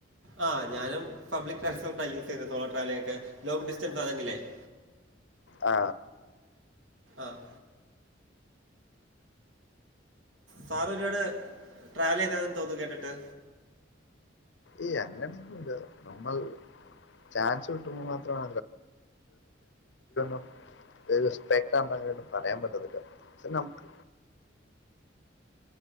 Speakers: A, on the right (about 85°); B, on the left (about 70°).
A: ആ ഞാനും പബ്ലിക് ട്രാസ്പോർട്ടാണ് യൂസ് ചെയ്യുന്നത് സോളോ ട്രാവലിനൊക്കെ ലോങ് ഡിറ്റൻസാണെങ്കിലേ <inaudible>
B: ആ
A: ആഹ് സാറൊരുവാട് ട്രാവൽചെയുന്നാന്ന് തോന്നുന്നു കേട്ടിട്ട്
B: ഏയ് അങ്ങനന്നുല്ല നമ്മൾ ചാൻസ് കിട്ടുമ്പോൾമാത്രാണ് <unintelligible> <unintelligible> സ്പെയിത്താവുമ്പോ അങ്ങനെ ഒന്നും പറയാൻ പറ്റുന്നില്ല പക്ഷേ നമ്മുക്ക്